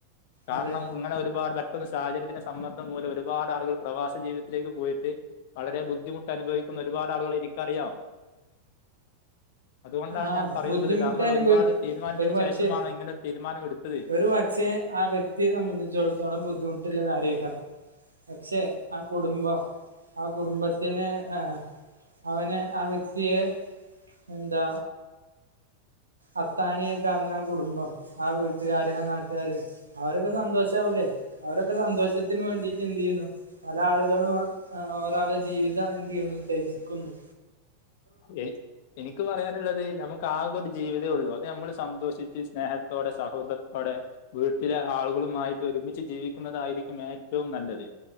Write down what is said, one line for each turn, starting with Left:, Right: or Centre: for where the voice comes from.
Left: കാര്ണം
Right: അതെ
Left: ഇങ്ങനൊരുപാട് <unintelligible> ട്ട് സാഹചര്യത്തിന്റെ സമ്മർദം മൂലം ഒരുപാട് ആള്കള് പ്രവാസ ജീവിതത്ത്ലേക്ക് പോയിട്ട് വളരെ ബുദ്ധിമുട്ടനുഭവി ക്കുന്ന ഒരുപാട് ആളുകളെ എനിക്കറിയാം അതുകൊണ്ടാണ്
Right: ആഹ്
Left: ഞാൻ പറയുന്നത്
Right: ബുദ്ധിമുട്ടനുഭവിക്കു
Left: താങ്കൾ ഒരുപാട് തീരുമാനിച്ചതിന്
Right: ഒര് പക്ഷെ
Left: ശേഷമാണ് ഇങ്ങനെ തീരുമാനം എടുത്തത്
Right: ഒരു പക്ഷേ ആ വ്യക്തിയെ സംബന്ധിച്ചെട്ത്തോളം ബുദ്ധിമുട്ട്ള്ള കാര്യേക്കാരം പക്ഷെ ആ കുടുംബം ആ കുടുംമ്പത്തിന് ആഹ് അവനേ ആ വ്യക്തിയേ എന്താ അത്താണിയായി കാണ്ന്ന ആ കുടുംബം ആ വീട്ടുകാര് ആ നാട്ടുകാര് അവരൊക്കെ സന്തോഷാവൂലെ അവരൊക്കെ സന്തോഷത്തിന് വേണ്ടീട്ടെന്തീയ്യുന്നു പല ആളുകളും ഏഹ് ഒരാളെ ജീവിതം എന്തീയ്യുന്നു തെജിക്കുന്നു
Left: ഏഹ് ഇനിക്ക് പറയാന്ള്ളത് ഞമക് ക്കാകൊരു ജീവിതെ ഉള്ളു അത് ഞമ്മള് സന്തോഷിച്ച് സ്നേഹത്തോടെ സഹോദർത്തോടെ വീട്ട്ലെ ആളുകളുമായിട്ട് ഒരുമിച്ച് ജീവിക്കുന്നതായിരിക്കും ഏറ്റവും നല്ലത്